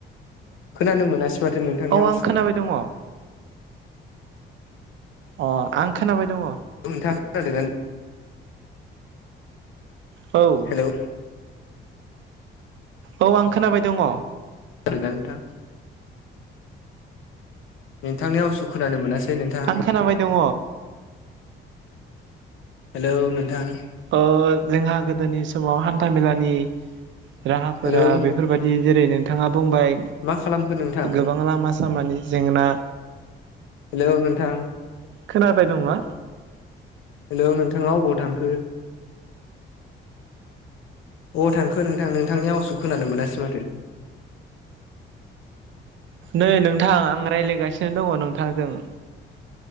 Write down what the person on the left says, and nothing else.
खोनानो मोनासै माथो नोंथांनि
आवसखो!
नोंथाङा खोनादोंना
हेलौ
<unintelligible> <inaudible> नोंथांनि आवसखौ खोनानो मोनासै? नोंथां
हेलौ नोंथां?
हेलौ
मा खालामखो नोंथां
हेलौ नोंथां
हेलौ नोंथाङा अबाव थांखो? अबाव थांखो नोंथां नोंथांनि आवासखौ खोनानो मोनासै माथो?